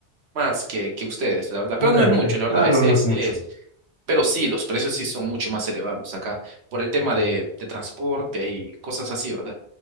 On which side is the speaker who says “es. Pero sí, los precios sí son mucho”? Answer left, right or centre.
Right